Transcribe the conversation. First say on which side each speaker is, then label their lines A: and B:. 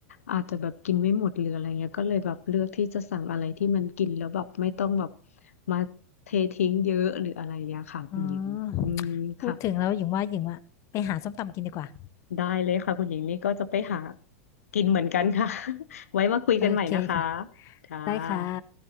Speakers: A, on the left; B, on the left.
A: อาจจะแบบกินไม่หมดหรืออะไรเงี้ยก็เลยแบบเลือกที่จะสั่งอะไรที่มันกินแล้วแบบไม่ต้องแบบมาเททิ้งเยอะหรืออะไรอย่างเงี้ยค่ะคุณหญิงอืมค่ะ
B: อืมพูดถึงแล้วหญิงว่าหญิงว่าไปหาส้มตำกินดีกว่า
A: ได้เลยค่ะคุณหญิงนี่ก็จะไปหากินเหมือนกันค่ะ <laughs> ไว้มาคุยกันใหม่นะคะ
B: โอเคค่ะ
A: ค่ะ
B: ได้ค่ะ